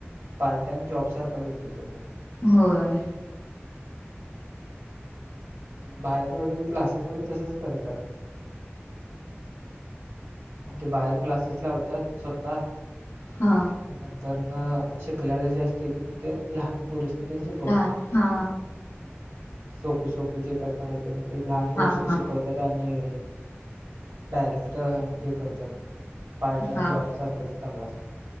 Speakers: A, on the right (about 75°); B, on the left (about 70°).
A: पार्ट टाइम जॉबसारखाच होतोय तो पण एक.
B: होय.
A: बाहेर <unintelligible> क्लासेस मध्ये तसच करतात ते बाहेर क्लासेस लावत्यात स्वतः
B: हा.
A: नंतर न शिकल्याला जे असते की न ते लहान पुरुष शिकवतात
B: हा हा
A: सोपी, सोपी जे का काही तरी लहान पोरास
B: हा हा
A: शिकवतात आणि डायरेक्ट हे करतात पार्ट टाईम
B: हा
A: जॉब सारखं चालू असते.